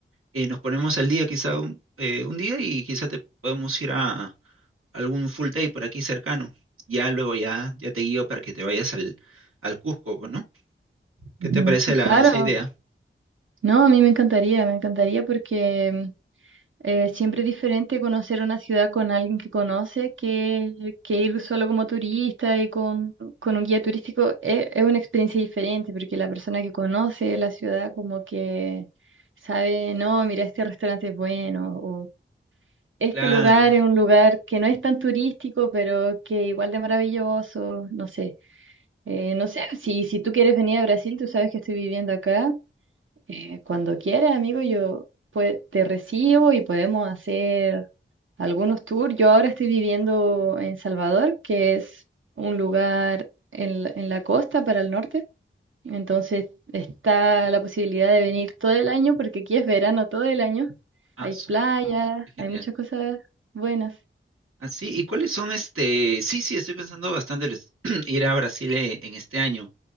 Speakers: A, on the right; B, on the right.
A: eh, nos ponemos al día quizá un, eh, un día y quizá te podemos ir a algún full day por aquí cercano. Ya luego ya, ya te guío para que te vayas al, al Cusco, pues, ¿no? ¿Qué
B: ujú.
A: te parece la,
B: Claro,
A: esa idea?
B: no, a mí me encantaría, me encantaría porque Eh, siempre es diferente conocer una ciudad con alguien que conoce que, que ir solo como turista y con, con un guía turístico. Es, es una experiencia diferente porque la persona que conoce la ciudad como que sabe, no, mira, este restaurante es bueno o este
A: Claro.
B: lugar es un lugar que no es tan turístico, pero que igual de maravilloso, no sé. Eh, no sé, si, si tú quieres venir a Brasil, tú sabes que estoy viviendo acá. Eh, cuando quieras, amigo, yo pues, te recibo y podemos hacer algunos tours. Yo ahora estoy viviendo en Salvador, que es un lugar en, la- en la costa para el norte. Entonces está la posibilidad de venir todo el año, porque aquí es verano todo el año.
A: Ah,
B: Hay
A: su-
B: playas,
A: qué genial.
B: hay muchas cosas buenas.
A: Así, ¿y cuáles son este? Sí, sí, estoy pensando bastante les- <clears throat> ir a Brasil eh, en este año